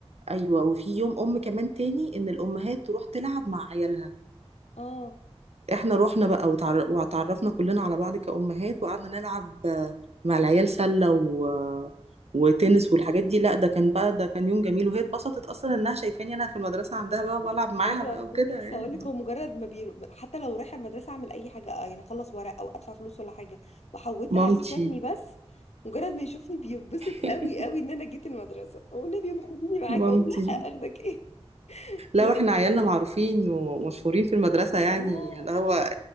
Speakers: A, on the right; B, on the left.
A: أيوة وفي يوم أم كمان تاني إن الأمهات تروح تلعب مع عيالها
B: اه
A: احنا رحنا بقى وتعر- واتعرفنا كلنا على بعض كأمهات وقعدنا نلعب مع العيال سلة و... وتنس والحاجات دي لا ده كان بقى ده كان يوم جميل وهي اتبسطت اصلا انها شايفاني انا في المدرسة عندها بقى وبلعب معاها
B: ايوه
A: بقى وكده
B: كنت لسه
A: يعني
B: هقول لك هو مجرد ما بيرو حتى لو رايحه المدرسه اعمل اي حاجه آه، يعني اخلص ورق او ادفع فلوس ولا حاجه وحودت
A: مامتي
B: عليه شافني بس مجرد ما يشوفني بيتبسط
A: <laughs>
B: قوي قوي ان انا جيت المدرسه والنبي يا أم خديني معاكي
A: مامتي
B: اقول لا اخدك ايه <laughs>
A: لا
B: ما دام-
A: احنا عيالنا معروفين ومشهورين في المدرسة يعني
B: اه
A: اللي هو